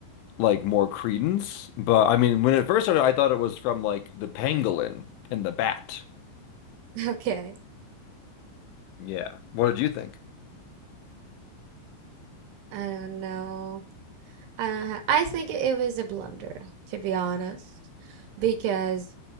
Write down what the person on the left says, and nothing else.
like more credence. But I mean, when it first started, I thought it was from like the pangolin and the bat.
Yeah. What did you think?